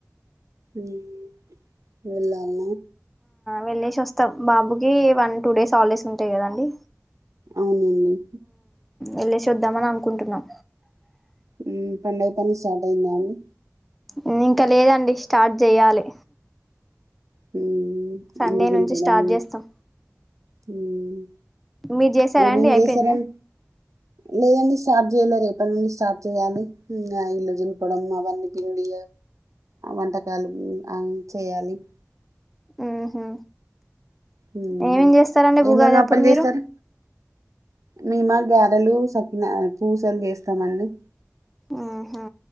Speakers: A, on the right (about 80°); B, in the centre.
A: ఉమ్ వెళ్ళాల్నా
B: వెళ్లేేసి వస్తాం బాబుకి వన్ టూ డేస్ హాలిడేస్ ఉంటాయి కదాండి.
A: అవునండి
B: ఏళ్ళేసోద్దాం అని అనుకుంటున్నాం.
A: ఉమ్ పండగ పని స్టార్ట్ అయిందా అండి?
B: ఉ ఇంకా లేదండి స్టార్ట్ చెయ్యాలి.
A: హ్మ్.
B: సండే
A: ఇల్లు దులపడం.
B: నుంచి స్టార్ట్ చేస్తాం.
A: హ్మ్.
B: మీర్ జెసారా
A: ఏమేం
B: అండి అయిపోయిందా?
A: చేశారం లేదండి స్టార్ట్ చేయాలె రేపటి నుండి స్టార్ట్ చేయాలి ఇల్లు చిలుపడం అవన్నీ పిండి వంటకాలు ఉమ్ అ చేయాలి
B: ఉహు
A: ఉమ్
B: ఏమేం చేస్తారండి
A: ఎ
B: ఉగాది
A: నునప్పలు
B: అప్పుడు
A: చేసారు?
B: మీరు
A: మేమ గారెలు, సకిన పూసలు చేస్తామండి.
B: ఆహా